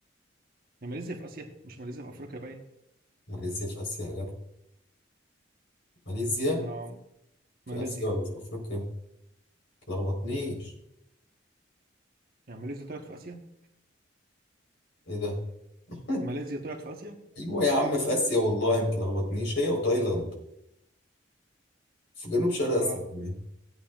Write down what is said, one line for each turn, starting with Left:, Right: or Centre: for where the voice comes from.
Right: يعني ماليزيا في اسيا مش ماليزيا في افريقيا باين
Left: ماليزيا في آسيا يا جدع ماليزيا
Right: نعم ماليزيا
Left: في آسيا ولا في أفريقيا؟ متلخبطنيش
Right: يعني ماليزيا طلعت في اسيا
Left: إيه ده؟ <laughs>
Right: ماليزيا طلعت في اسيا
Left: ايوه يا عم في اسيا والله ما تلخبطنيش هي وتايلاند في جنوب شرق
Right: اه
Left: اسيا كمان